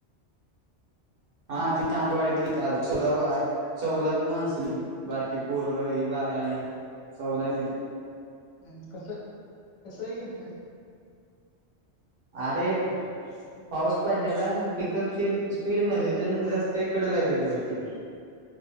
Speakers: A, on the right; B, on the left.
A: हा ते तांदुळवाडीत तीथ गेलत <inaudible> हाय चौदा ब माणसं मिली बारकी पोर ही बाया ही चौदा मेली.
B: हम्म. कस कस हे गेलत्या?
A: आरे. पाऊस पडलेला न पिकअप स्पीड स्पीड मध्ये होती अ रस्त्याच्या कडेला विहीर होती. <inaudible>